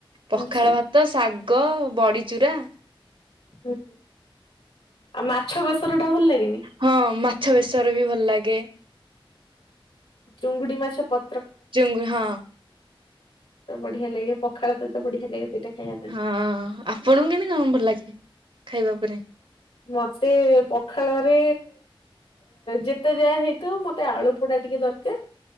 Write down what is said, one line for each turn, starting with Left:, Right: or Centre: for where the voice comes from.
Right: ପଖାଳ
Left: ଆଚ୍ଛା
Right: ଭାତ ଶାଗ ବଡ଼ିଚୁରା।
Left: ହୁଁ ଆଉ ମାଛ ବେସର ଟା ଭଲ ଲାଗେନି?
Right: ହଁ ମାଛ ବେସର ବି ଭଲ ଲାଗେ।
Left: ଚୁଙ୍ଗୁଡ଼ି ମାଛ ପ
Right: ଚୁଙ୍ଗୁଡି ହଁ।
Left: ତ ବଢ଼ିଆ ଲାଗେ ପଖାଳ ସହିତ ବଢ଼ିଆ ଲାଗେ ସେଇଟା। ଖାଇବା ପାଇଁ
Right: ହଁ ଆପଣଙ୍କୁ କେମତି କଁ ଭଲ ଲାଗେ ଖାଇବା ଉପରେ।
Left: ମତେ ପଖାଳରେ ଯେତେ ଯା ହେଇ ଥାଉ ମତେ ଆଳୁ ପୋଡ଼ା ଟିକେ ଦରକାର